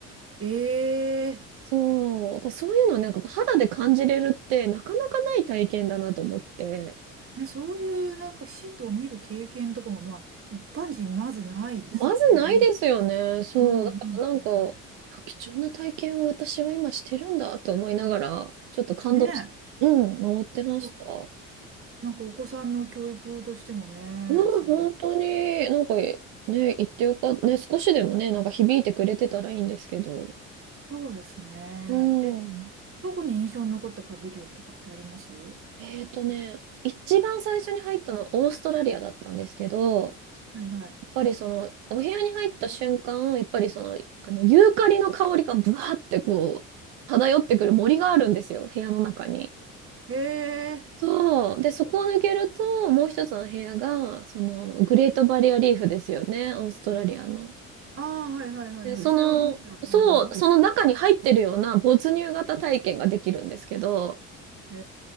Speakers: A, on the right (about 35°); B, on the right (about 70°).
A: ええ
B: そう、そういうのをなんか肌で感じれるってなかなかない体験だなと思って。
A: ね、そういうなんかシートを見る経験とかもまあ一般人まずないですよね。
B: まずないですよね。そう。
A: うんうんうんう
B: だからなんか、いや貴重な体験を私は今してるんだと思いながら、ちょっと感動して、
A: ん。ね
B: うん、回ってました。
A: え。よなんかお子さんの教育としてもね、
B: うん、
A: すごい。
B: 本当に、なんかね、言ってよかった。ね、少しでもね、なんか響いてくれてたらいいんですけど。
A: そうですね。
B: うん。
A: え、特に印象に残ったパビリオンとかってありますは
B: えーとね、一番最初に入ったのはオーストラリアだったんですけど、
A: いはい。
B: ぱりその、お部屋に入った瞬間、やっぱりその、あの、ユーカリの香りがブワーってこう、漂ってくる森があるんですよ、部屋の中に。
A: へえ。
B: そう。で、そこを抜けると、もう一つの部屋が、その、グレートバリアリーフですよね、オーストラリアの。
A: ああ、はいはいはいはい。
B: で、その、
A: それを持ってた感じの
B: そう、その中に入ってるような没入型体験ができるんですけど、
A: へ